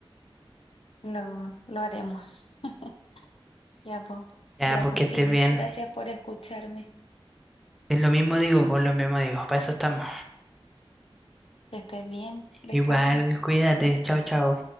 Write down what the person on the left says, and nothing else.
lo, lo haremos. <laughs> Ya pues,
ya
pues,
Pili,
gracias por escucharme.
Que estés bien, descansa.